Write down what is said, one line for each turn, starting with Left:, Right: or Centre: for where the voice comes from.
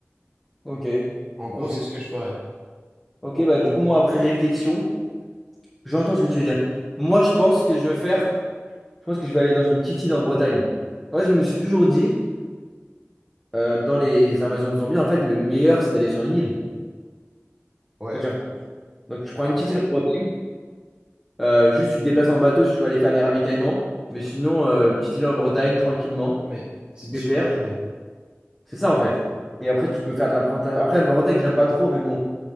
Centre: ok,
Right: En gros,
Centre: ok.
Right: c'est ce que je ferais.
Centre: Ok, bah du coup, moi, après réflexion, j'entends ce que tu veux dire. Moi, je pense que je veux faire. Je pense que je vais aller dans une petite île en Bretagne. En fait, je me suis toujours dit, euh, dans les invasions de zombies, en fait, le meilleur, c'est d'aller sur une île.
Right: Ouais.
Centre: Quand tu repars. Donc, tu prends
Right: Après,
Centre: une petite île en Bretagne. euh, juste, tu te déplaces en bateau si tu veux aller faire des ravitaillements. Mais sinon, euh, petite île en Bretagne, tranquillement,
Right: mais c'est une
Centre: pépère.
Right: super idée.
Centre: C'est ça, en fait. Et après, tu peux faire de l'apprentissage. Après, la Bretagne, j'aime pas trop, mais bon.